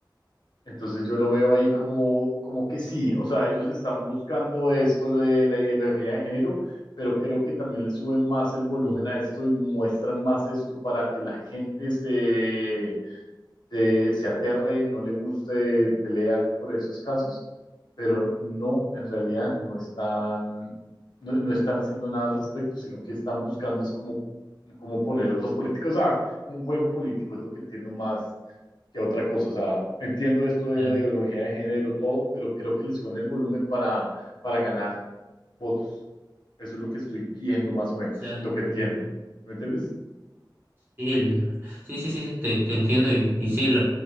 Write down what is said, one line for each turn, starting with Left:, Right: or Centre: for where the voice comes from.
Left: Entonces yo lo veo ahí como, como que sí, o sea, ellos están buscando esto, lo de la ideología de género, pero creo que también le suben más el volumen
Right: sí.
Left: a esto y muestran más esto para que la gente se, eh, se aterre, no le guste, pelea por esos casos, pero no, en realidad no están, no, no están haciendo nada al respecto, sino que están buscando es como, como poner otras políticas, o sea, como un juego político, es lo que entiendo más que otra cosa, o sea, entiendo esto de
Right: claro.
Left: la ideología de género, todo, pero creo que le suben el volumen para, para ganar votos. Eso es lo que estoy viendo más o menos,
Right: Claro.
Left: es lo que entiendo.
Right: ujú.
Left: ¿Me entiendes?
Right: Sí, el- sí, sí, sí, sí, te, te entiendo y, y sí, lo-